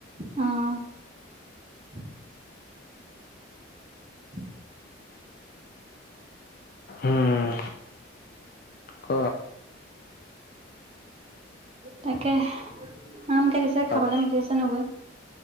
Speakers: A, on the right; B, on the left.
A: উম <unintelligible> উ <unintelligible>
B: উম। ক?
A: তাকে। আমকে দিছে
B: পাপ
A: খাবলে মাতি আছে নবৌ